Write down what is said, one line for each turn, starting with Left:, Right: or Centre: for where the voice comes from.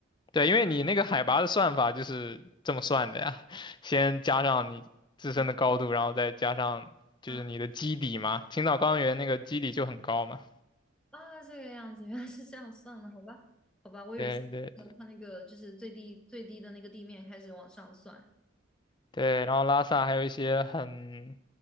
Left: 对，因为你那个海拔的算法就是这么算的呀，先加上你自身的高度，
Centre: 哦
Left: 然后再加上就是你的基底嘛。
Centre: 啊
Left: 青岛高原那个基底就很高嘛。
Centre: 啊，这个样子，原来是这样算了，好吧，好吧，我以为是呃，
Left: 对对。
Centre: 它那个就是最低最低的那个地面开始往上算。
Left: 对，然后拉萨还有一些很，